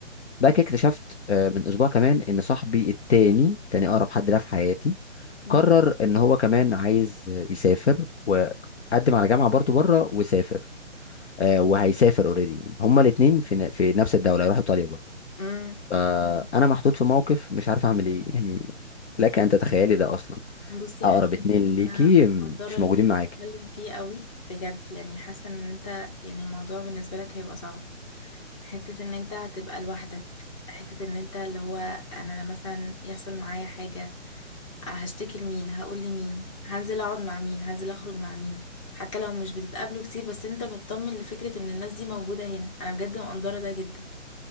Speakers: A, on the left (about 60°); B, on the left (about 25°).
A: بعد كده اكتشفت آه، من اسبوع كمان ان صاحبي التاني تاني اقرب حد ليا في حياتي
B: أمم،
A: قرر ان هو كمان عايز آه، يسافر وقدم على جامعه برضه بره وسافر آه، وهيسافر اوريدي هما الاثنين في ن- في نفس الدوله هيروح ايطاليا برضه
B: أمم،
A: فانا
B: أمم.
A: محطوط في موقف مش عارف اعمل ايه يعني لك ان تتخيلي ده اصلا
B: بصي يا
A: اقرب
B: هشام
A: اتنين ليكي
B: انا مقدره
A: مش
B: اللي
A: موجودين
B: انت بتتكلم
A: معاكي
B: فيه قوي بجد يعني حاسه ان انت يعني الموضوع بالنسبه لك هيبقى صعب حته ان انت هتبقى لوحدك حته ان انت اللي هو انا لما مثلا يحصل معايا حاجه هشتكي لمين هقول لمين هنزل اقعد مع مين هنزل اخرج مع مين حتى لو مش بتتقابلوا كتير بس انت مطمن لفكره ان الناس دي موجوده هنا انا بجد مقدره ده جدا